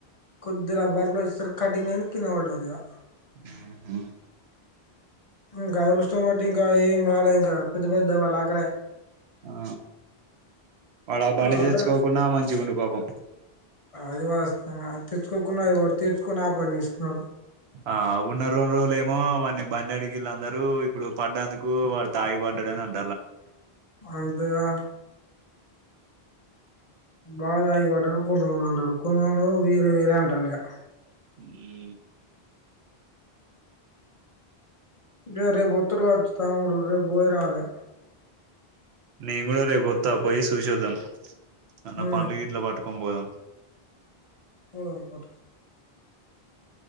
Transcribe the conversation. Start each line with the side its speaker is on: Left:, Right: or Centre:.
Left: కొద్ది బర్లో యిస్తార్ కటింగ్ కింద పడ్డారు ఇగ
Right: హ్మ్
Left: మ్మ్ గదురుస్త్ చోమటి ఇంకా ఏం గాలే ఇంగ పెద్ద పెద్దవళ్లాకడే
Right: ఆ వాళ్ళ పని
Left: ఆటో
Right: తెచ్చుకోకుండా మంచి గుని కోపం
Left: అది వాస్తవమే తెచ్చుకోకున్నాఅయిపోవ్ తెచ్చుకొని ఆ పని చేసుకున్నాడు
Right: ఆ ఉన్న రోండు రోజులు ఏమో వాడిని బండి అడికిీళ్ళ అందరు ఇప్పుడు పడ్డందుకు వాడు తాయి పడ్డాడని అంట
Left: అంతే గద బాగా తాగి పడ్డరు కొంతమంది అంటరు కొంతమంది వీరే వీరే అంటాలి ఇక
Right: మ్మ్
Left: ఇగ రేపు ఒత్తురీగా వచ్చి తాముడు రేపు పోయ్ రావాలే
Right: నేను కూడా రేపుొత్తా పోయి సూసోదం ఆ
Left: ఉమ్
Right: పండ్లు గిట్ల పట్ కంబోధం
Left: హు <unintelligible>